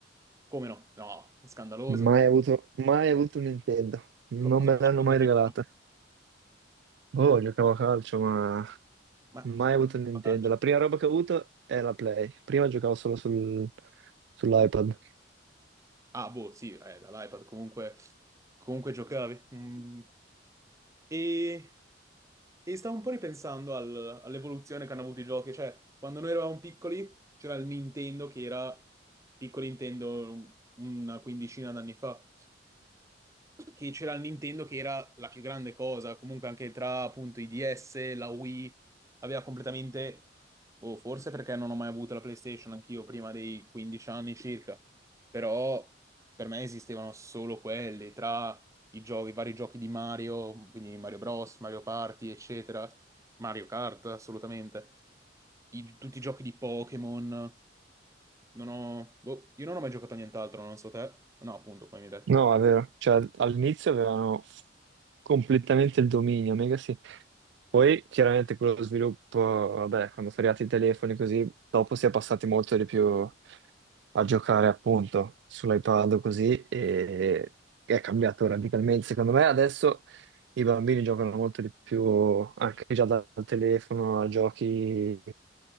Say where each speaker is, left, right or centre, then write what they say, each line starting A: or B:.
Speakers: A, on the right (about 15°); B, on the right (about 65°).
A: come no? No, scandaloso.
B: mai avuto, mai avuto un Nintendo, non
A: Co- cosa
B: me
A: facevi
B: l'hanno mai
A: da piccolo?
B: regalata. Oh, giocavo a calcio, ma
A: Ma
B: mai avuto
A: eh,
B: un Nintendo.
A: a calcio.
B: La prima roba che ho avuto è la Play. Prima giocavo solo sul- sull'iPad.
A: Ah, boh, sì, eh, dall'iPad comunque, comunque giocavi. Mm. E, e stavo un po' ripensando al- all'evoluzione che hanno avuto i giochi, cioè quando noi eravamo piccoli c'era il Nintendo che era piccolo Nintendo una quindicina d'anni fa che c'era la Nintendo che era la più grande cosa, comunque anche tra appunto i DS, la Wii, aveva completamente, boh, forse perché non ho mai avuto la PlayStation anch'io prima dei 15 anni circa, però per me esistevano solo quelli, tra i giochi, i vari giochi di Mario, quindi Mario Bros, Mario Party, eccetera, Mario Kart, assolutamente, I- tutti i giochi di Pokémon, non ho, boh, io non ho mai giocato a nient'altro, non so te, no appunto, come mi hai detto,
B: No, è vero. Cioè, all'inizio avevano f- completamente il dominio, mega sì. Poi chiaramente quello sviluppo, vabbè, quando sono arrivati i telefoni così, dopo si è passati molto di più a giocare appunto sull'iPad o così e è cambiato radicalmente. Secondo me adesso i bambini giocano molto di più anche già dal telefono a giochi